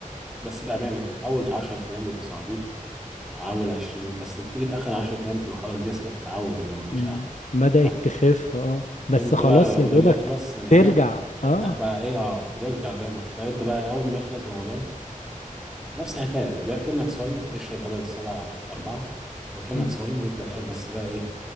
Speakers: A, in the centre; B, on the left.
A: بس بامانه كده اول 10 ايام بيبقوا صعبين اول 20 يوم بس بتيجي في اخر 10 ايام بتبقى خلاص جسمك اتعود انه ما فيش
B: م-
A: قهوه
B: بدأت
A: صح
B: تخف اه بس
A: انت
B: خلاص
A: بقى رمضان
B: يا دوبك
A: يخلص من هنا
B: ترجع
A: فبتفتح
B: اه
A: بقى ايه اه بترجع زي ما فانت بقى اول ما يخلص رمضان نفس الحكايه زي كأنك صايم اشرب بدل سبعة أربعة وكأنك
B: م.
A: صايم وافضل قاعد بس بقى ايه